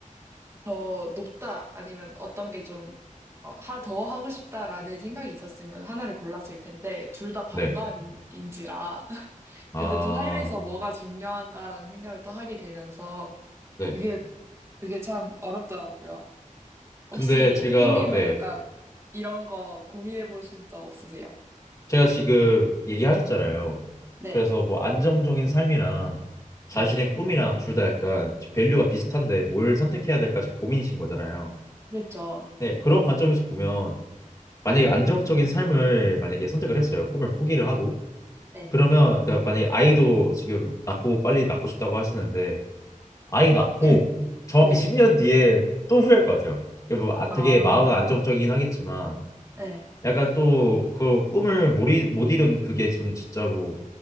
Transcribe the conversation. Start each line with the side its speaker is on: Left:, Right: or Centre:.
Right: 더 높다 아니면 어떤 게 좀, 어, 하, 더 하고 싶다라는 생각이 있었으면 하나를 골랐을 텐데, 둘 다 반반인지라.
Left: 네. 아,
Right: 근데 또 삶에서 뭐가 중요한가라는 생각을 또 하게 되면서
Left: 네.
Right: 그게 그게 참 어렵더라고요. 혹시
Left: 근데 제가
Right: 삐님은
Left: 네.
Right: 약간 이런 거 고민해 보신 적 없으세요?
Left: 제가 지금 얘기하셨잖아요.
Right: 네,
Left: 그래서 뭐 안정적인 삶이랑 자신의
Right: 네,
Left: 꿈이랑 둘 다 약간 밸류가 비슷한데 뭘 선택해야 될까 지금 고민이신 거잖아요.
Right: 그렇죠.
Left: 네, 그런 관점에서 보면 만약에 안정적인 삶을 만약에 선택을 했어요. 꿈을 포기를 하고.
Right: 네,
Left: 그러면 그러니까 만약에 아이도 지금 낳고 빨리 낳고 싶다고 하시는데 아이 낳고
Right: <laughs>
Left: 정확히
Right: 네,
Left: 10년 뒤에 또 후회할 것 같아요. 이게 뭐 아,
Right: 아,
Left: 되게 마음은 안정적이긴 하겠지만
Right: 네.
Left: 약간 또 그 꿈을 못 이- 못 이룬 그게 전 진짜로